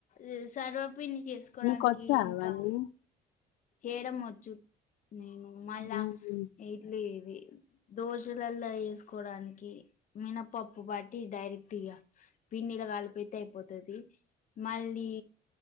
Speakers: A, on the left; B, on the left.
A: ల్ సర్వ పిన్ని చేసుకోవడానికి
B: మీకు వచ్చా
A: ఇంకా
B: అవన్నీ
A: చేయడం వచ్చు నేను మళ్ళా
B: ఉమ్,
A: ఇట్లీ ఇది దోశలలో వేసు కోవడానికి మినప్పప్పు బట్టి డైరెక్ట్ గా పిండిలా కలిపితే అయిపోతది. మళ్ళీ